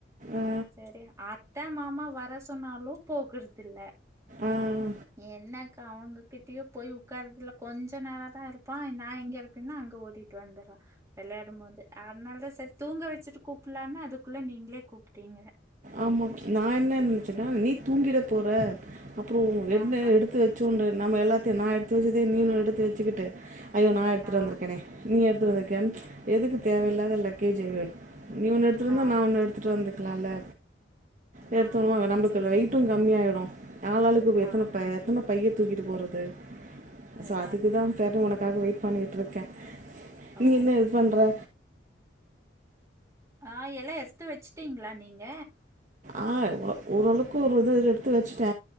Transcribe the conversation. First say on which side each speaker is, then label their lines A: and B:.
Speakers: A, on the right (about 40°); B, on the right (about 15°).
A: ஆ
B: சரி அத்த மாமா வர சொன்னாலு போகுறதில்ல
A: ஆ
B: என்னக்கா அவங்ககிட்டயோ போய் உட்காறதுல கொஞ்ச நேரதா இருப்பா நா எங்க இருக்குன்னா அங்க ஓடிட்டு வந்துறா வெளையாடும் போது அத்னால்தா சரி தூங்க வச்சிட்டு கூப்புட்லான்னா அதுக்குள்ள நீங்களே கூப்ட்டீங்க
A: ஆமா நா என்ன நெனச்சன்னா நீ தூங்கிட போற அப்புறோ என்ன
B: ஆஹா
A: எடுத்து வெச்சோன்ர நம்ம எல்லாத்தையு நா எடுத்து வெச்சதே நீயு நானு எடுத்து வெச்சிக்கிட்டு ஐயோ நா எடுத்துட்டு
B: ஆ
A: வந்துருக்கேனே நீ எடுத் <unintelligible> தேவ இல்லாத லக்கேஜ நீ ஓன்னு எடுத்துட்டு வந்தா
B: ஆம்
A: நா ஓன்னு எடுத்துட்டு வந்திருக் கலால எடுத்தோனோ
B: ஆ
A: நம்மளுக்கு
B: சரி
A: வெயிட்டு கம்மியாயிருக் அஹ் ஆளாளுக்கு எத்தன
B: ஆமா
A: பே எத்தனப் பைய த்தூகிட்டு போறது
B: ஆ
A: சோ அதுக்குதா <unintelligible> ஒனக்கு காக வெயிட் பண்ணிட்டுருக்கே நீ
B: ஓ
A: என்ன இது பண்ற
B: ஆஹ் எல்லா எடுத்து வச்சிட்டீங்களா நீங்க
A: ஆஹ் ஒ ஓரளவுக்கு ஒரு இது எடுத்து வச்சிட்ட